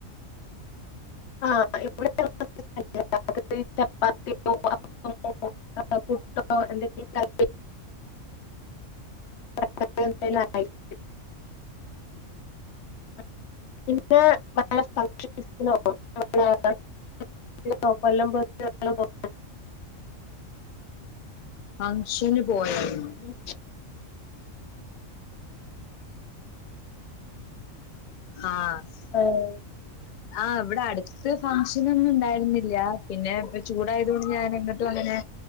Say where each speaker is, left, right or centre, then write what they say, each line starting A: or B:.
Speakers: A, on the left; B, on the left.
A: <unintelligible>
B: ഹും
A: <unintelligible> പുട്ടോ എന്തങ്കിലും ഉണ്ടാക്കും. <unintelligible> പിന്നെ <unintelligible> <unintelligible>
B: ഫങ്ഷന് പോയായിരുന്നോ?
A: <unintelligible>
B: ആഹ്
A: ആഹ്
B: ആ ഇവിടെ അടുത്ത് ഫംഗ്ഷൻ ഒന്നു ഉണ്ടായിരുന്നില്ല. പിന്നെ ഇപ്പ ചൂടായതുകൊണ്ട് ഞാൻ ഇങ്ങട്ടും അങ്ങനെ